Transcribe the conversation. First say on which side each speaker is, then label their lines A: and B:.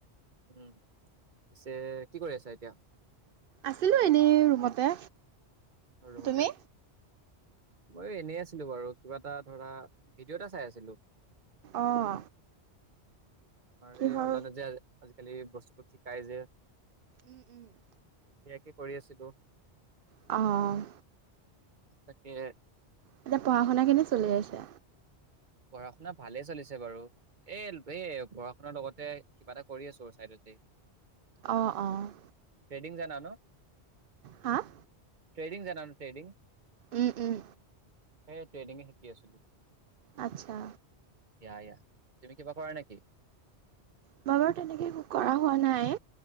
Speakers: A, on the right (about 45°); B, on the right (about 60°).
A: উম পিছে কি কৰি আছা এতিয়া
B: আছিলো এনেই ৰুমতে
A: ৰুমতে
B: তুমি
A: আছো মই এনে আছিলো বাৰু কিবা এটা ধৰা ভিডিঅ' এটা চাই আছিলো উম
B: অঁ
A: আৰে
B: কিহৰ
A: অনলাইন যে আজি, আজিকালি বস্তুবোৰ শিকাই যে,
B: উম', - উম',
A: ইয়াকে কৰি আছিলো।
B: অ',
A: তাকে,
B: এতিয়া পঢ়া শুনাখিনি কেনে চলি আছে?
A: পঢ়া শুনা ভালে চলিছে, বাৰু এ', -এই, পঢ়া- -শুনাৰ লগতে কিবা এটা কৰি আছো চাইডতে
B: অ', -অ',
A: ট্ৰেডিং জানা ন
B: -হা',
A: ট্ৰেডিং জানা নে ট্ৰেডিং?
B: উম-উম
A: সেই ট্ৰেডিং এ শিকি আছিলো।
B: আচ্ছা।
A: ইয়া-ইয়া তুমি কিবা কৰা নেকি?
B: মই', বাৰু তেনেকে একো কৰা হোৱা নাই,